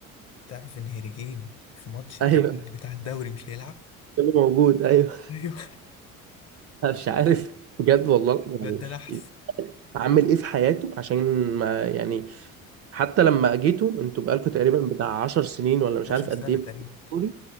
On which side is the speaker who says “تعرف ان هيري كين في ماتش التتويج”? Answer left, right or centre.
Left